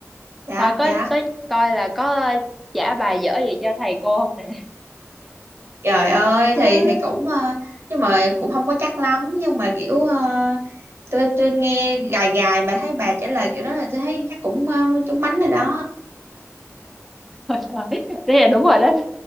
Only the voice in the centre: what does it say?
coi có
có coi là có trả bài dở gì cho thầy cô không nè
<laughs>
Ôi trời, thế là đúng rồi đó